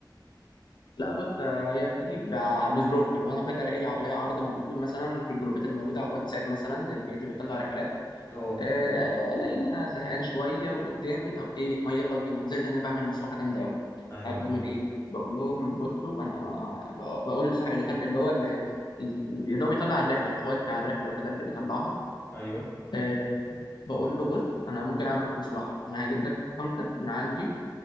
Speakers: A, on the left (about 65°); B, on the left (about 30°).
A: لا بص آه، هي بتيجي بع- بظروفها لو انا فجاه الاقي لي الاقي عرض موجود مثلا في الجروبات اللي موجوده على الواتساب مثلا الحاجات اللي بتطلع رحلات
B: اه
A: آه، الاقي ان انا زهقان شويه وقدامي طب ايه ما يلا بينا زائد ان انا بعمل مصلحه جامده قوي
B: أيوه
A: قاعد بعمل
B: أيوه
A: ايه بقول لهم بصوا انا بقول لصاحب اللي طل- اللي هو اللي اللي بي- اللي هو بيطلع الرحله القائد بتاع الرحله وكده اللي بيطلعها
B: أيوه
A: أه بقول له بص انا ممكن اعمل معاك مصلحه انا هجيب لك خمسه من عندي